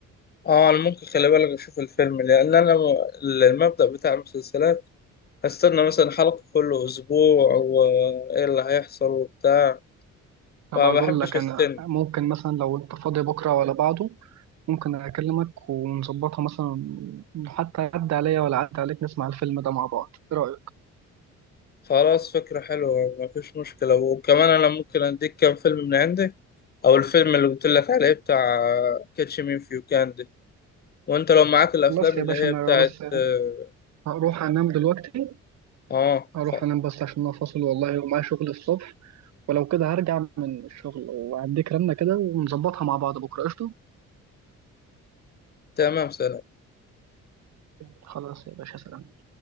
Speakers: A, on the left; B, on the right.
A: اه انا ممكن خلي بالك اشوف الفيلم لان انا م- المبدأ بتاع المسلسلات هستنى مثلا حلقة كل اسبوع وايه اللي هيحصل وبتاع
B: طب
A: فما
B: اقول
A: بحبش
B: لك
A: استنى
B: انا ممكن مثلا لو انت فاضي بكره ولا بعده ممكن أكلمك ونظبطها مثلا حتى عدى عليا ولا عدى عليك نسمع الفيلم ده مع بعض إيه رأيك؟
A: خلاص فكرة حلوة ما فيش مشكلة وكمان انا ممكن اديك كام فيلم من عندي او الفيلم اللي قلت لك عليه بتاع كاتش مي فيو كان ده وانت لو معاك الافلام
B: خلاص يا
A: اللي
B: باشا
A: هي
B: أنا
A: بتاعت
B: بس
A: اه
B: هروح أنام دلوقتي
A: آه،
B: هروح
A: خ-
B: أنام بس عشان أنا فاصل والله ومعايا شغل الصبح ولو كده هرجع من الشغل وأديك رنة كده ونظبطها مع بعض بكرة قشطة؟
A: تمام سلام
B: خلاص يا باشا سلام